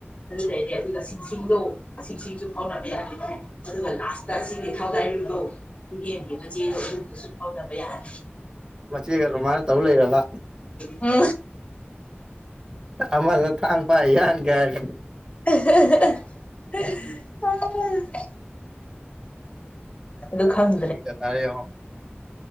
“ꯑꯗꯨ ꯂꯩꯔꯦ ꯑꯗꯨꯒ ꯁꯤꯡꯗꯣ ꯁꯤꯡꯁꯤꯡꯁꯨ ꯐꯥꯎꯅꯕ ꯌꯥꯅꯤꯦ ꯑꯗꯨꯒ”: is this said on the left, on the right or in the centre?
Left